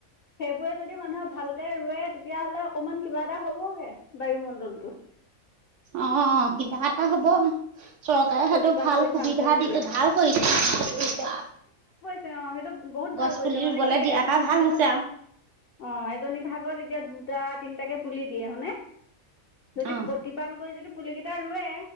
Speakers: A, on the left; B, on the right.
A: সেইবোৰে যদি মানুহে ভালকে ৰুৱে তে তেতিয়াহ'লে অকণমান কিবা এটা হ'বগে, বায়ুমণ্ডলটো।
B: অ' কিবা এটা হব। চৰকাৰে
A: প্ৰতিপাল
B: সেইটো ভাল
A: কৰি
B: সুবিধা
A: ভালকে ৰুলে
B: দি, ভাল কৰিছে
A: অ' সেইটো বহুত
B: গছ
A: ভাল কৰিছে
B: পুলি
A: মানে
B: ৰুবলৈ
A: কি
B: দিয়া
A: এজনী
B: পৰা ভাল
A: ভাগত
B: হৈছে আৰু
A: অ' এজনী ভাগত এতিয়া দুটা তিনটাকে পুলি দিয়ে হয়নে, যদি
B: অ',
A: ত্ৰিপাল কৰি যদি পুলি কেইটা ৰুৱে,